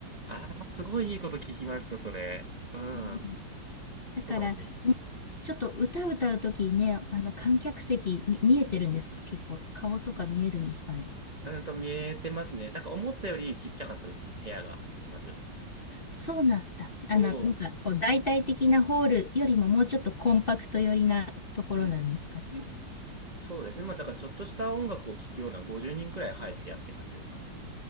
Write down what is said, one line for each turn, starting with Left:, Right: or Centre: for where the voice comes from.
Right: ああ、すごいいいこと聞きました、それ。うん、
Left: うんだから、
Right: そうかもしれない。
Left: うんちょっと歌歌う時にね、あの観客席み見えてるんですか結構顔とか見えるんですかね
Right: うんと、見えてますね。なんか思ったよりちっちゃかったですね、部屋が、まず。
Left: そうなんだ。
Right: そ
Left: あの、なんかこう大体的なホールよりももうちょっとコンパクト寄りなところなんですかね。
Right: う、うん、そうですね。まあだからちょっとした音楽を聴くような50人くらい入る部屋って感じですかね。